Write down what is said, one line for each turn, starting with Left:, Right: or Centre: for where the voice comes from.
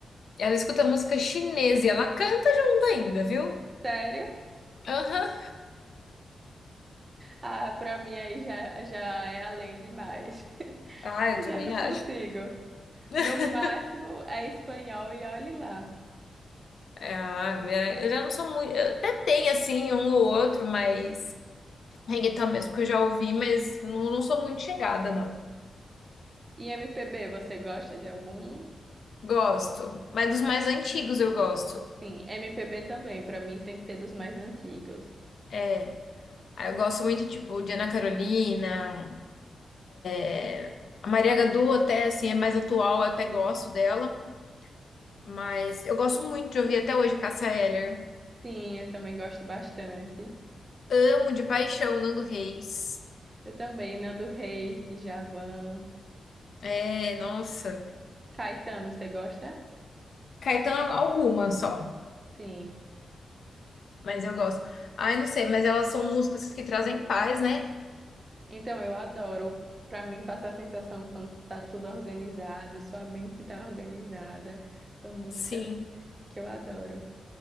Left: Ela escuta música chinesa e ela canta junto ainda, viu?
Right: Sério?
Left: Aham.
Right: Ah, pra mim aí já, já é além demais. <laughs>
Left: Ah, eu
Right: Eu
Left: também
Right: já não consigo.
Left: acho. <laughs>
Right: Meu máximo é espanhol e olhe lá.
Left: É, Ah, eu já não sou muito. eu Até tem, assim, um ou outro, mas. Reggaeton mesmo que eu já ouvi, mas não, não sou muito chegada, não.
Right: E MPB, você gosta de algum?
Left: Gosto. Mas dos mais antigos eu gosto.
Right: Sim, MPB também, pra mim tem que ser dos mais antigos.
Left: É, aí eu gosto muito, tipo, de Ana Carolina. é, A Maria Gadu até, assim, é mais atual, eu até gosto dela. Mas eu gosto muito de ouvir até hoje Cássia Eller.
Right: Sim, eu também gosto bastante.
Left: Amo de paixão Nando Reis.
Right: Eu também, Nando Reis, Djavan,
Left: É, nossa.
Right: Caetano, você gosta?
Left: Caetano, alguma só.
Right: Sim.
Left: Mas eu gosto. Ai, não sei, mas elas são músicas que trazem paz, né?
Right: Então, eu adoro. Pra mim, passar a sensação quando tá tudo organizado, sua mente tá organizada. São músicas
Left: Sim.
Right: que eu adoro.